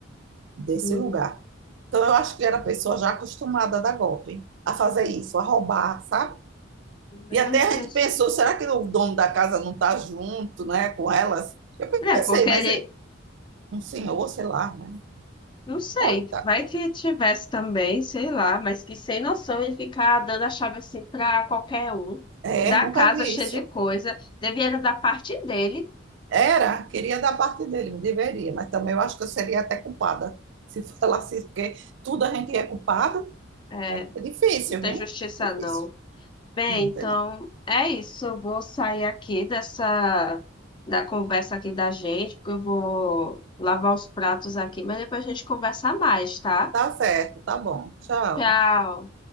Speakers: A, on the right; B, on the left.
A: desse
B: Hum,
A: lugar. Então eu acho que era pessoa já acostumada a dar golpe, a fazer isso, a roubar, sabe?
B: Meu
A: E até
B: Deus.
A: a gente pensou, será que o dono da casa não está junto, né, com elas? Eu
B: É,
A: pensei,
B: porque
A: mas
B: ele,
A: ele- um senhor, sei lá, né?
B: Não sei,
A: Bota.
B: vai que tivesse também, sei lá, mas que sem noção ele ficar dando a chave assim pra qualquer um,
A: É,
B: da
A: nunca
B: casa
A: vi
B: cheia
A: isso.
B: de coisa, devia era da parte dele,
A: Era, queria dar parte dele, me deveria, mas também eu acho que eu seria até culpada <laughs> se falasse isso, porque tudo a gente é culpado.
B: é,
A: É difícil,
B: não tem
A: viu?
B: justiça
A: é Difícil.
B: não. Bem,
A: Não, não
B: então
A: tem não.
B: é isso, eu vou sair aqui dessa, da conversa aqui da gente, porque eu vou lavar os pratos aqui, mas depois a gente conversa mais, tá?
A: Tá certo, tá bom. Tchau.
B: Tchau.